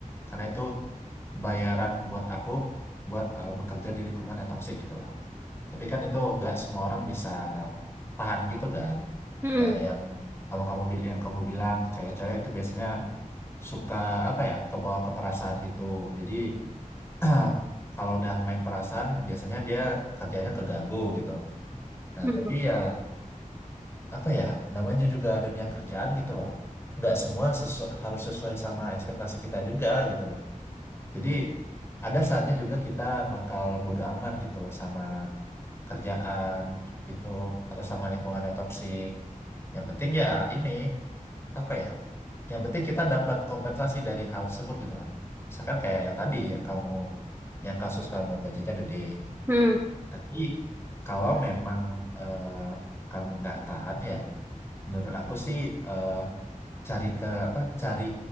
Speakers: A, on the left; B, on the right.
A: Karena itu bayaran buat aku buat eh, bekerja di lingkungan yang toksik gitu loh. Tapi kan itu nggak semua orang bisa tahan gitu kan.
B: Mm-mm,
A: Kayak yang kamu kamu yang kamu bilang cewek-cewek itu biasanya suka apa ya kebawa ke perasaan gitu jadi <clears throat> kalau udah main perasaan biasanya dia kerjanya keganggu gitu nah
B: mm-mm,
A: tapi ya apa ya namanya juga dunia kerjaan gitu loh nggak semua sesu- harus sesuai sama ekspektasi kita juga gitu loh jadi ada saatnya juga kita bakal bodo amat gitu loh sama kerjaan gitu atau sama lingkungan yang toksik yang penting ya ini apa ya yang penting kita dapat kompensasi dari hal tersebut gitu lah misalkan kayak yang tadi yang kamu yang kasus kamu gajinya gede
B: mm-mm,
A: tapi kalau memang eh, kamu nggak tahan ya menurut aku sih eh, cari ke apa cari